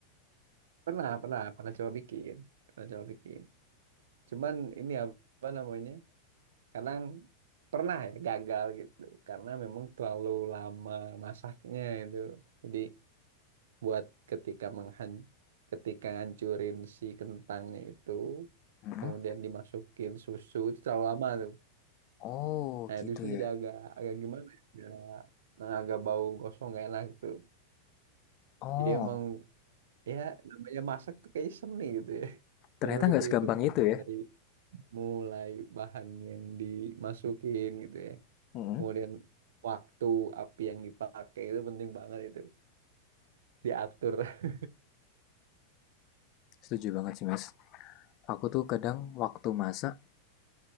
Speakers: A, on the right; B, on the left.
A: pernah pernah pernah coba bikin pernah coba bikin cuman ini apa namanya kadang pernah ya gagal gitu karena memang terlalu lama masaknya itu jadi buat ketika menghan ketika ngancurin si kentangnya itu
B: Hmm?
A: kemudian dimasukin susu itu terlalu lama tuh
B: Oh,
A: Nah,
B: gitu
A: itu terusnya
B: ya.
A: jadi agak agak gimana ya? Agak, nah, agak bau gosong gak enak gitu.
B: Oh,
A: Jadi emang ya namanya masak tuh kayak seni gitu ya. <laughs> Benar-benar
B: ternyata nggak
A: diperhitungin
B: segampang itu ya.
A: dari mulai bahan yang dimasukin gitu ya.
B: Hmm,
A: Kemudian waktu api yang dipakai itu penting banget itu diatur. <laughs>
B: setuju banget sih Mas. Aku tuh kadang waktu masak